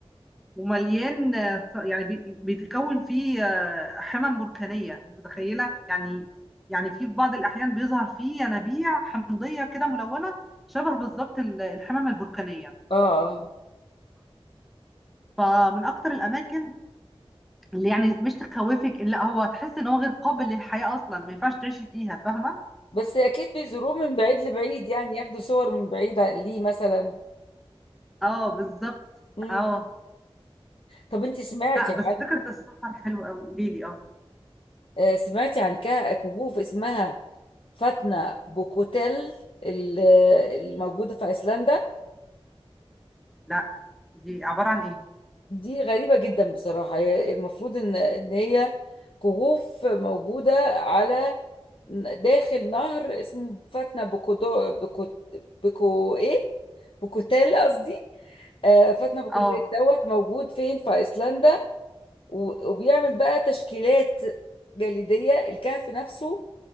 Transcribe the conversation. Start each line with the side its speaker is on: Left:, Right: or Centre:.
Centre: ومليان آه، يعني بي- بيتكون فيه آه، حمم بركانية انت متخيلة يعني يعني في في بعض الأحيان بيظهر فيه ينابيع حمضية كده ملونة شبه بالظبط ال- الحمم البركانية
Left: اه آه.
Centre: فمن أكتر الأماكن اللي يعني مش تخوفك إن لا هو تحس إن هو غير قابل للحياة أصلا ما ينفعش تعيشي فيها فاهمة؟
Left: بس اكيد بيزوروه من بعيد لبعيد يعني ياخدوا صور من بعيد ع- ليه مثلا
Centre: اه بالظبط
Left: امم
Centre: اه
Left: طب انت سمعتي
Centre: لا
Left: عن
Centre: بس فكرة السفر حلوة قوي قوليلي اه
Left: آه، سمعتي عن كه- كهوف اسمها فاتنا بوكوتيل ال- الموجوده في ايسلندا
Centre: لا دي عبارة عن ايه؟
Left: دي غريبة جدا بصراحة هي المفروض إن إن هي كهوف موجودة على داخل نهر اسمه فاتنة بكودو بكو بكو إيه بكوتيل قصدي آه فاتنة بكوتيل
Centre: اه
Left: دوت موجود فين في أيسلندا و- وبيعمل بقى تشكيلات جليدية الكهف نفسه